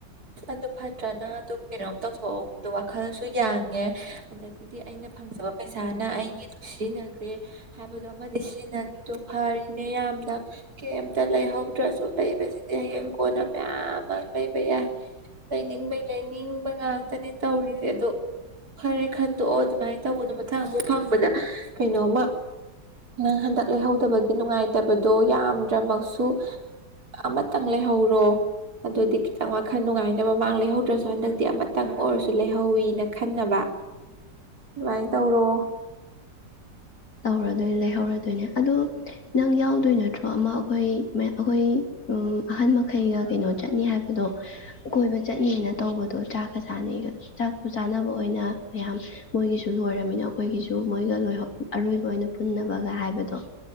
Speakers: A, on the right (about 55°); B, on the left (about 55°).
A: ꯑꯗꯨ ꯐꯠꯇ꯭ꯔꯅ ꯑꯗꯨ ꯀꯩꯅꯣꯝ ꯇꯧꯊꯣꯛꯍꯧꯕꯗꯣ ꯋꯥꯈꯜꯁꯨ ꯌꯥꯡꯉꯦ ꯑꯗꯒꯤꯗꯤ ꯑꯩꯅ ꯐꯪꯖꯕ ꯄꯩꯁꯥꯅ ꯑꯩꯒꯤꯗ ꯁꯤꯖꯤꯟꯅꯈ꯭ꯔꯦ ꯍꯥꯏꯕꯗꯣ ꯑꯃꯗꯤ ꯁꯤꯖꯤꯟꯅꯈ꯭ꯔꯤꯗ ꯐꯔꯤꯅꯦ ꯌꯥꯝꯅ ꯀꯩꯝꯇ ꯂꯩꯍꯧꯗ꯭ꯔꯁꯨ ꯂꯩꯕꯁꯤꯗꯤ ꯍꯌꯦꯡ ꯀꯣꯟꯅ ꯃꯌꯥꯝ ꯑꯃ ꯂꯩꯕ ꯌꯥꯏ ꯂꯩꯅꯤꯡꯕꯩ ꯂꯩꯅꯤꯡꯕ ꯉꯥꯛꯇꯅꯦ ꯇꯧꯔꯤꯁꯦ ꯑꯗꯣ ꯈꯔꯦ ꯈꯟꯗꯣꯛꯑꯣ ꯑꯗꯨꯃꯥꯏꯅ ꯇꯧꯕꯗꯣ ꯃꯊꯪ ꯑꯃꯨꯛ ꯐꯪꯕꯗ ꯀꯩꯅꯣꯃ ꯅꯪ ꯍꯟꯗꯛ ꯂꯩꯍꯧꯗꯕꯒꯤ ꯅꯨꯡꯉꯥꯏꯇꯕꯗꯣ ꯌꯥꯝꯗ꯭ꯔꯃꯛꯁꯨ ꯑꯃꯇꯪ ꯂꯩꯍꯧꯔꯣ ꯑꯗꯨꯗꯤ ꯈꯤꯇꯪ ꯋꯥ ꯋꯥꯈꯟ ꯅꯨꯡꯉꯥꯏꯅꯕ ꯃꯥꯡ ꯂꯩꯍꯧꯗ꯭ꯔꯁꯨ ꯍꯟꯗꯛꯇꯤ ꯑꯃꯇꯪ ꯑꯣꯏꯔꯁꯨ ꯂꯩꯍꯧꯋꯤꯅ ꯈꯟꯅꯕ ꯑꯗꯨꯃꯥꯏꯅ ꯇꯧꯔꯣ
B: ꯍꯧꯔꯗꯣꯏꯅꯦ ꯂꯩꯍꯧꯔꯗꯣꯏꯅꯦ ꯑꯗꯣ ꯅꯪ ꯌꯥꯎꯗꯣꯏ ꯅꯠꯇ꯭ꯔꯣ ꯑꯃ ꯑꯩꯈꯣꯏ ꯑꯩꯈꯣꯏ ꯑꯍꯟ ꯃꯈꯩꯒ ꯀꯩꯅꯣ ꯆꯠꯅꯤ ꯍꯥꯏꯕꯗꯣ ꯀꯣꯏꯕ ꯆꯠꯅꯤꯅ ꯇꯧꯕꯗꯣ ꯆꯥꯛꯀ ꯆꯥꯅꯤꯒ ꯍꯤꯗꯥꯛꯇꯨ ꯆꯥꯅꯕ ꯑꯣꯏꯅ ꯃꯌꯥꯝ ꯃꯣꯏꯒꯤꯁꯨ ꯂꯣꯏꯔꯃꯤꯅ ꯑꯩꯈꯣꯏꯒꯤꯁꯨ ꯃꯣꯏꯒ ꯂꯣꯏꯍꯧ ꯑꯔꫭꯏ ꯂꫭꯏꯅ ꯄꯨꯟꯅꯕꯒ ꯍꯥꯏꯕꯗꯣ